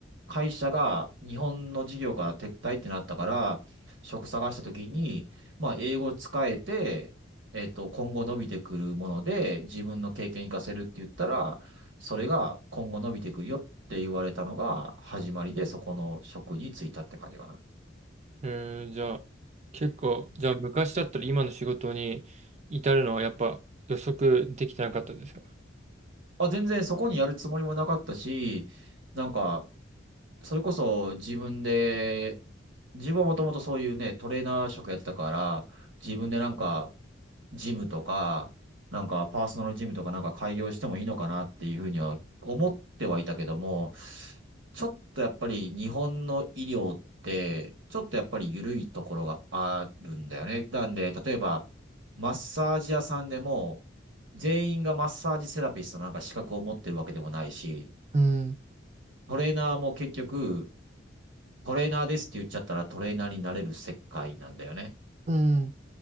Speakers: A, on the right; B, on the right.
A: 会社が日本の事業から撤退ってなったから、職探したときに、まあ、英語使えて、えっと、今後伸びてくるもので、自分の経験活かせるって言ったら、それが今後伸びてくるよって言われたのが始まりで、そこの職に就いたって感じかな。
B: えー、じゃあ、結構、じゃあ昔だったら今の仕事に至るのはやっぱ予測できてなかったですか
A: あ、全然そこにやるつもりもなかったし、なんか、それこそ自分で、自分はもともとそういうね、トレーナー職やってたから、自分でなんか、ジムとか、なんかパーソナルジムとかなんか開業してもいいのかなっていうふうには思ってはいたけども、ちょっとやっぱり日本の医療って、ちょっとやっぱり緩いところがあるんだよね。なんで、例えば、マッサージ屋さんでも、全員がマッサージセラピストのなんか資格を持ってるわけでもないし、
B: うん。
A: トレーナーも結局、トレーナーですって言っちゃったらトレーナーになれる世界なんだよね。
B: うん。